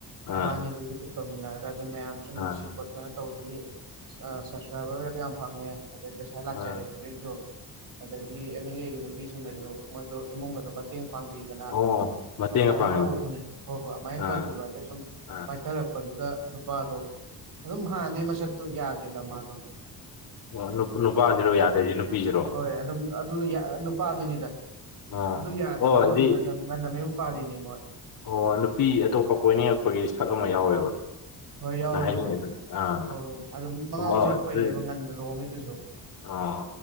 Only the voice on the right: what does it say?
ꯃꯕꯥꯅꯤꯗꯨ
ꯌꯨꯇꯨꯞ ꯇꯧꯃꯤꯟꯅꯔꯒ ꯑꯗꯨ ꯃꯌꯥꯝꯁꯨ ꯅꯨꯡꯁꯤ
ꯈꯣꯠ ꯀꯩꯅꯣ ꯇꯧꯕꯗꯒꯤ ꯁꯞꯁꯀ꯭ꯔꯥꯏꯕꯔꯒꯗꯤ ꯌꯥꯝ ꯐꯪꯉꯦ ꯑꯗꯩ ꯄꯩꯁꯥ ꯂꯥꯛꯆꯔꯦ
ꯑꯗꯨꯗꯩꯁꯨ ꯑꯗꯒꯤ ꯑꯦꯝ ꯑꯦꯜ ꯑꯦꯒꯤ ꯅꯨꯄꯤꯁꯤꯡꯅꯁꯨ ꯃꯣꯏꯗꯣ ꯏꯃꯨꯡꯒꯗꯣ ꯃꯇꯦꯡ ꯄꯥꯡꯕꯤ ꯑꯗꯨꯅ
ꯑꯗꯨꯃꯥꯏꯅ
ꯇꯧꯕꯅꯦ ꯍꯣꯏ ꯍꯣꯏ ꯑꯗꯨꯃꯥꯏꯅ
ꯇꯧꯕꯤꯕ ꯑꯗꯩ ꯁꯨꯝ
ꯆꯊꯔꯛꯄꯗꯨꯗ ꯅꯨꯄꯥꯗꯣ ꯑꯗꯨꯝ ꯍꯥꯟꯅꯗꯩ ꯃꯁꯛꯇꯣ ꯌꯥꯗꯦꯗ ꯃꯥꯗꯣ
ꯍꯣꯏ ꯑꯗꯨꯝ ꯑꯗꯨꯅ ꯅꯨꯄꯥꯗꯨꯅꯤꯗ
ꯑꯗꯨ ꯌꯥꯗꯕꯗꯨꯅꯕꯨ
ꯉꯟꯅ ꯉꯟꯅ ꯃꯌꯨꯝ ꯄꯥꯜꯂꯤꯅꯦ ꯃꯣꯏ
ꯍꯣꯏ ꯌꯥꯎꯋꯦꯕ
ꯑꯗꯨꯝ
ꯍꯣꯏ ꯍꯣꯏ ꯑꯗꯨꯝ ꯃꯉꯥꯎ
ꯊꯤꯔꯛꯄꯩꯅꯦꯕ ꯉꯟꯅ ꯂꯨꯍꯣꯡꯉꯤꯗꯨꯁꯨ